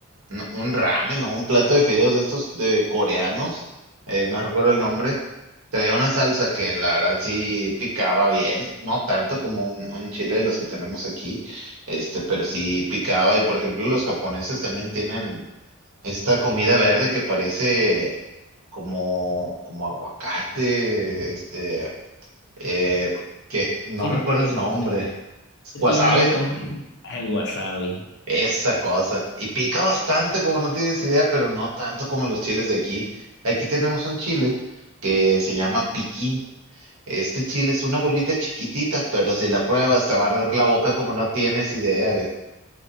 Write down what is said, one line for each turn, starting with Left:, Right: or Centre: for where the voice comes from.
Right: un un ramen o un plato de fideos de estos de coreanos, eh, no recuerdo el nombre. Traía una salsa que la verdad sí picaba bien, no tanto como un, un chile de los que tenemos aquí, este, pero sí picaba. Y por ejemplo, los japoneses también tienen esta comida verde que parece como, como aguacate, este eh, que no
Left: Sí,
Right: recuerdo
Left: sí, el
Right: el nombre,
Left: sexo
Right: wasabi,
Left: tiene como que el wasabi.
Right: esa cosa. Y pica bastante, como no tienes idea, pero no tanto como los chiles de aquí. Aquí tenemos un chile que se llama piquín. Este chile es una bolita chiquitita, pero si la pruebas te va a arder la boca como no tienes idea,